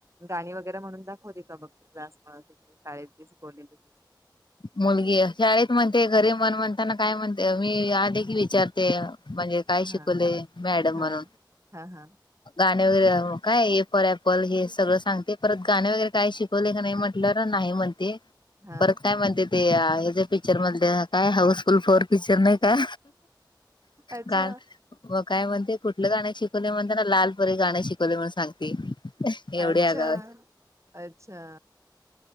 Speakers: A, on the right; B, on the left.
A: गाणी वगैरे म्हणून दाखवटीका? बघ क्लास ति शाळेत शिकवलेली ति
B: मुलगी शाळेत म्हणते घरी मन म्हणताना काय म्हणते मी आले की विचारते म्हणजे काय
A: हा
B: शिकवले मॅडम?
A: हा
B: म्हणून
A: हा हा
B: गाणे वगैरे काय ए फॉर ऍपल हे सगळं सांगते परत गाणे वगैरे काय शिक ले का नाही म्हटलं नाही म्हणते
A: हा
B: परत काय म्हणते ते ह्याच पिकच्चर म्हणतं काय हाऊसफुल फोर विचर नाही का
A: अच्छा
B: काल मग काय म्हणते कुठलं गाण शिकवले म्हणते ना लालपरी गाण शिकवले म्हण सांगते एवढे
A: अच्छा
B: आगाव
A: अच्छा